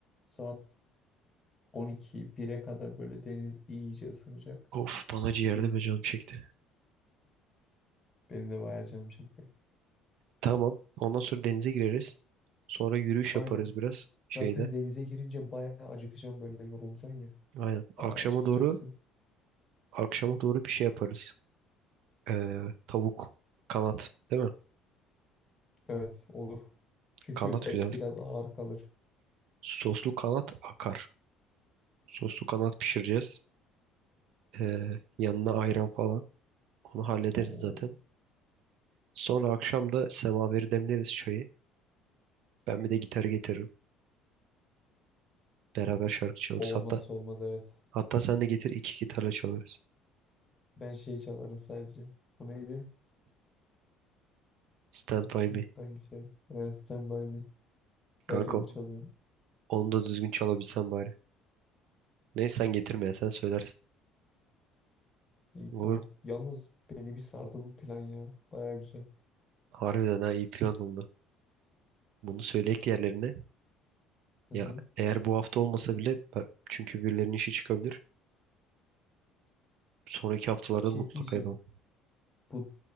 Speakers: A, on the left; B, on the right.
A: Saat 12 1'e kadar böyle deniz iyice ısınacak.
B: of bana ciğerde
A: Gir,
B: ve canım çekti.
A: benim de bayağı canım çekti.
B: Tamam. Ondan sonra denize gireriz. Sonra yürüyüş
A: Aynen.
B: yaparız biraz şeyde.
A: Zaten denize girince bayağı acıkacağım böyle yorulacaksın ya.
B: Aynen. Akşama
A: Bayağı acıkacaksın.
B: doğru akşama doğru bir şey yaparız. Ee, tavuk kanat değil mi?
A: Evet olur. Çünkü
B: Kanat
A: et
B: güzel.
A: biraz ağır kalır.
B: Soslu kanat akar. Soslu kanat pişireceğiz. Ee, yanına ayran falan. Onu hallederiz
A: O,
B: zaten. Sonra akşam da semaveri demleriz çayı. Ben bir de gitar getiririm. Beraber şarkı çalarız.
A: o
B: Hatta
A: olmazsa olmaz evet.
B: hatta sen de getir iki gitarla çalarız.
A: Ben şey çalarım sadece. O neydi?
B: Stand
A: <laughs>
B: By Me.
A: Hangi şey? Evet, Stand By Me. Sadece
B: Kanka
A: onu çalıyorum.
B: onu da düzgün çalabilsen bari. Neyse sen getirme ya, sen söylersin.
A: İyi
B: Olur.
A: tamam. Yalnız beni bir sardı bu plan ya. Baya güzel.
B: Harbiden ha iyi plan oldu. Bunu söyleyek yerlerine.
A: Hı
B: Ya
A: hı.
B: eğer bu hafta olmasa bile ben- çünkü birilerinin işi çıkabilir. Sonraki haftalarda
A: Şey
B: mutlaka
A: diyeceğim.
B: yapalım.
A: Bu